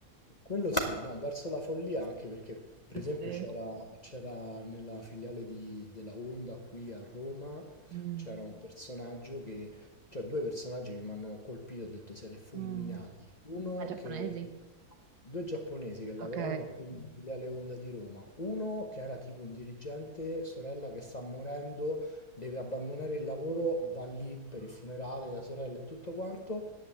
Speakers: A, on the left; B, on the right.
A: Quello sì, no, verso la follia anche perché per
B: Sì,
A: esempio
B: sì.
A: c'era c'era nella filiale di- della Honda qui a Roma,
B: Mm,
A: c'era un personaggio che, cioè due personaggi che mi hanno colpito, ho detto siete fulminati.
B: mm.
A: Uno
B: Ma giapponesi?
A: che, due giapponesi che lavoravano
B: Ok.
A: qui nella filiale Honda di Roma, uno che era tipo un dirigente, sorella che sta morendo, deve abbandonare il lavoro, va lì per il funerale della sorella e tutto quanto.